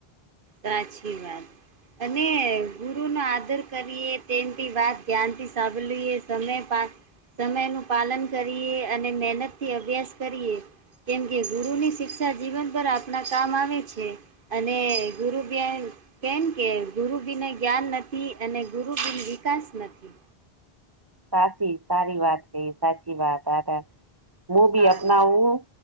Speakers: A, on the right; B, on the right.
A: સાચી વાત અને ગુરુનો આદર કરીએ તેમથી વાત ધ્યાનથી સાંભળી લઈ એ સમય પા સમયનું પાલન કરીએ અને મહેનત થી અભ્યાસ કરીએ કેમ કે ગુરુની શિક્ષા જીવન પર આપણા કામ આવે છે અને ગુરુ બી આ કેમ કે ગુરુબિને જ્ઞાન નથી અને ગુરુ બીન વિકાસ નથી.
B: સાચી સારી વાત કહી સાચી વાત આભાં <unintelligible>
A: સારું.
B: અપનાવું